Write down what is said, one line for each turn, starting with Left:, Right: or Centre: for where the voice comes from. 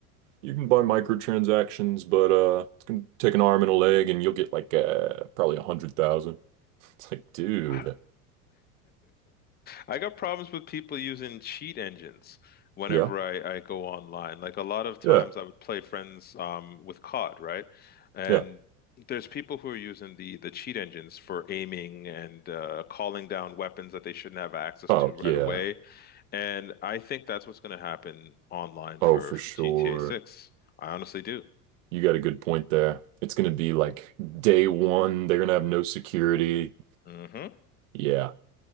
Right: You can buy microtransactions, but uh it's gonna take an arm and a leg and you'll get like uh probably a hundred thousand. <laughs> It's like, dude,
Left: <laughs> I got problems with people using cheat engines whenever
Right: yeah,
Left: I, I go online. Like a lot of times
Right: yeah,
Left: I would play friends um, with COD, right? And
Right: yeah.
Left: there's people who are using the the cheat engines for aiming and uh, calling down weapons that they shouldn't have access
Right: Oh
Left: to right
Right: yeah.
Left: away. And I think that's what's going to happen online
Right: Oh,
Left: for
Right: for
Left: for
Right: sure.
Left: GTA 6. I honestly do.
Right: You got a good point there. It's gonna be like day one, they're gonna have no security.
Left: mm hmm
Right: Yeah.